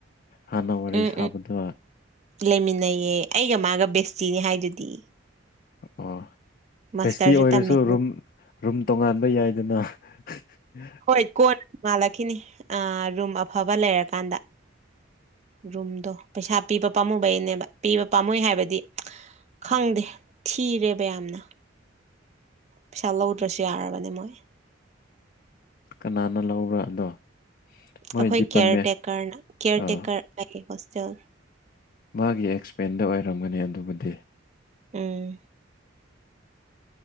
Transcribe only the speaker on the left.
ꯍꯥꯟꯅ ꯋꯥꯔꯤ
ꯁꯥꯕꯗꯣ
ꯑꯣ
ꯕꯦꯁꯇꯤ ꯑꯣꯏꯔꯁꯨ
ꯔꯨꯝ ꯔꯨꯝ ꯇꯣꯉꯥꯟꯕ ꯌꯥꯏꯗꯅ <unintelligible>
ꯀꯅꯥꯅ ꯂꯧꯕ꯭ꯔ ꯑꯗꯣ ꯃꯣꯏ
ꯗꯤꯄꯥꯔꯠꯃꯦꯟ
ꯑꯥ
ꯃꯥꯒꯤ ꯑꯦꯛꯁꯄꯦꯟꯗ ꯑꯣꯏꯔꯝꯒꯅꯤ ꯑꯗꯨꯕꯨꯗꯤ